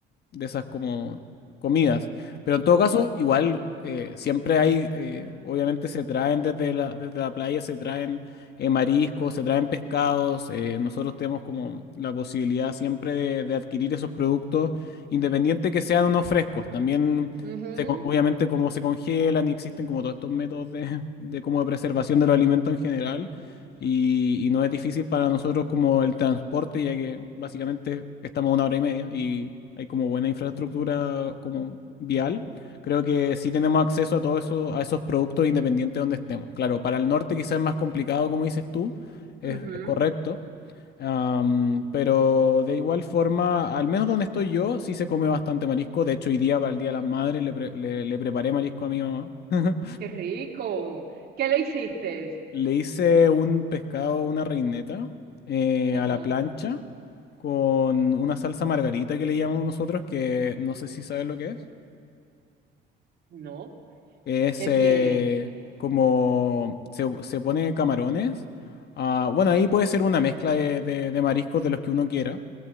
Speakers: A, on the left (about 55°); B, on the right (about 55°).
A: de esas como comidas. Pero en todo caso, igual eh, siempre hay, eh, obviamente se traen desde la, desde la playa, se traen eh, mariscos, se traen pescados. eh, nosotros tenemos como la posibilidad siempre de, de adquirir esos productos, independiente que sean o no frescos. También,
B: Ujú,
A: se con- obviamente, como se congelan y existen como todos estos métodos de, de como de preservación de los alimentos en general y, y no es difícil para nosotros como el transporte, ya que básicamente estamos a una hora y media y hay como buena infraestructura como vial. Creo que sí tenemos acceso a todo eso, a esos productos independientes donde estemos. Claro, para el norte quizás es más complicado, como dices tú, es,
B: ujú.
A: es correcto. Am, pero de igual forma, al menos donde estoy yo, sí se come bastante marisco. De hecho, hoy día para el Día de las Madres le, pre- le- le preparé marisco a mi mamá. <laughs>
B: Qué rico. ¿Qué le hiciste?
A: Le hice un pescado, una reineta eh,
B: Ajá.
A: a la plancha con una salsa margarita que le llamamos nosotros, que no sé si sabes lo que es.
B: No.
A: Es
B: ¿Qué
A: eh,
B: tiene?
A: como se, se pone camarones. ah, bueno, ahí puede ser una mezcla de, de- de mariscos de los que uno quiera.